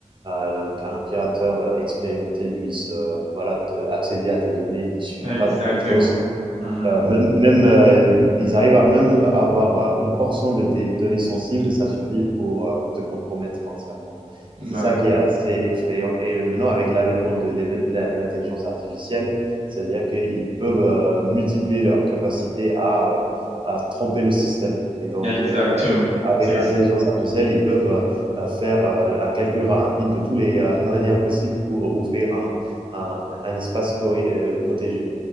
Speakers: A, on the right; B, on the right.
A: euh, qu'un pirateur euh, expérimenté puisse euh, voilà accéder à tes données il suffit
B: Exactement.
A: pas de grand chose
B: Mhm.
A: euh, même, même euh, ils arrivent à même avoir euh, une portion de tes données sensibles, ça suffit pour euh, te compromettre entièrement.
B: Ouais,
A: Et c'est ça qui est assez effrayant. Et maintenant, avec l'avènement de l'éve- la- l'intelligence artificielle, ça veut dire qu'ils peuvent euh, multiplier leur capacité à, euh, à tromper le système. Et donc,
B: exactement.
A: euh, avec
B: C'est,
A: l'intelligence artificielle, ils peuvent euh, euh, faire euh, un calcul rapide de toutes les euh, <laughs> manières possibles pour ouvrir un, un, un espace corri- euh, protégé.